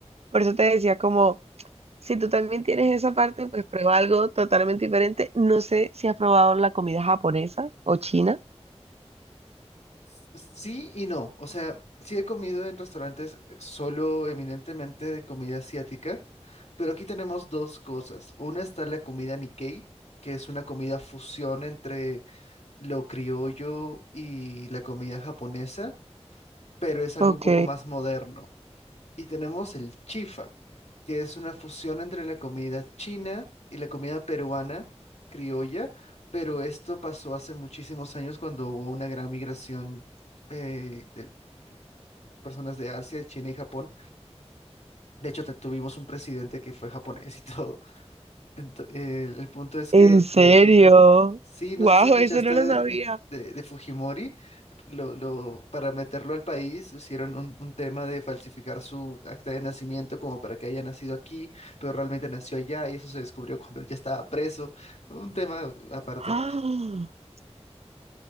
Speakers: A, on the right; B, on the left.
A: Por eso te decía como, si tú también tienes esa parte, pues prueba algo totalmente diferente. No sé si has probado la comida japonesa o china.
B: Sí y no. O sea, sí he comido en restaurantes eh, solo eminentemente de comida asiática, pero aquí tenemos dos cosas. Una está la comida Nikkei, que es una comida fusión entre lo criollo y la comida japonesa, pero es algo
A: Ok.
B: un poco más moderno. Y tenemos el chifa, que es una fusión entre la comida china y la comida peruana, criolla, pero esto pasó hace muchísimos años cuando hubo una gran migración eh, de de personas de Asia, China y Japón. De hecho, te- tuvimos un presidente que fue japonés y <laughs> todo. Ento- el el punto es
A: ¿En
B: que
A: serio?
B: Sí, no
A: Wow,
B: sé si escuchaste
A: eso no lo
B: de,
A: sabía.
B: de de Fujimori, lo, lo, para meterlo al país hicieron un, un tema de falsificar su acta de nacimiento como para que haya nacido aquí, pero realmente nació allá y eso se descubrió cuando él ya estaba preso, un tema aparte.
A: <gasps>